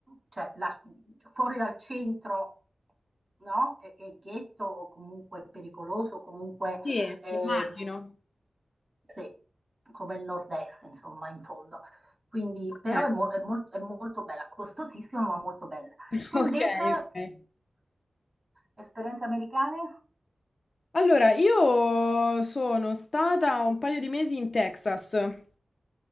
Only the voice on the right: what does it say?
cioè la- fuori dal centro, no? È, è ghetto o comunque pericoloso, o comunque
ehm,
sì, come il nord-est, insomma, in fondo. Quindi,
però è, mol- è mol- è molto bella, costosissima ma molto bella.
Tu
invece,
esperienze americane?